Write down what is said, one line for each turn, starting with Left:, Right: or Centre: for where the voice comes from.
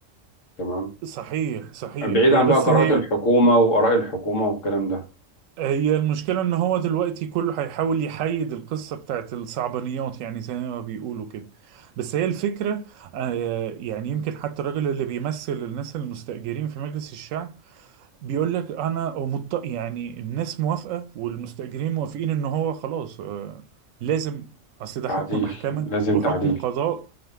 Left: تمام
Right: صحيح صحيح
Left: بعيد
Right: هي
Left: عن
Right: بس
Left: بقى قرارات
Right: هي
Left: الحكومة وآراء الحكومة والكلام ده
Right: هي المشكله ان هو دلوقتي كله هيحاول يحيد القصه بتاعت الصعبانيات يعني زي ما بيقولوا كده بس هي الفكره آه، يعني يمكن حتى الراجل اللي بيمثل الناس المستأجرين في مجلس الشعب بيقول لك انا مط... يعني الناس موافقه والمستاجرين موافقين ان هو خلاص آه، لازم اصل ده
Left: تعديل
Right: حكم محكمه
Left: لازم
Right: وحكم
Left: تعديل
Right: قضاء